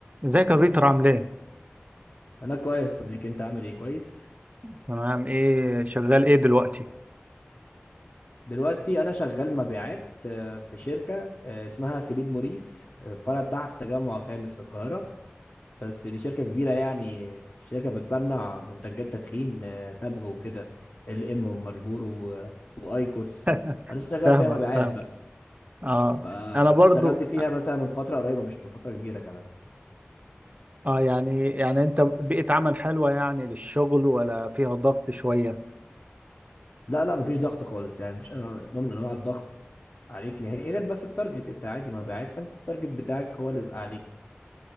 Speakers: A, on the right; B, on the left.
A: ازيك يا بيتر عامل ايه؟
B: انا كويس يا صديقي انت عامل ايه كويس
A: تمام ايه شغال ايه دلوقتي؟
B: دلوقتي انا شغال مبيعات آه، في شركه آه، اسمها فيليب موريس الفرع بتاعها في التجمع الخامس في القاهره بس دي شركه كبيره يعني شركه بتصنع منتجات تدخين آه، تبغ وكده ال ام ومارلبورو و- وايكوس
A: <laughs>
B: انا شغال
A: فاهمك
B: فيها مبيعات
A: فاهم
B: بقى
A: اه
B: فاشتغلت
A: انا برضو
B: فيها مثلا من فتره قريبه مش من فتره كبيره كمان
A: اه يعني يعني انت بيئة عمل حلوة يعني للشغل ولا فيها ضغط شوية؟
B: لا لا مفيش ضغط خالص يعني مفيش أنواع- نوع من انواع الضغط عليك نهائي غير بس التارجت انت عادي مبيعات فانت التارجت بتاعك هو اللي بيبقى عليك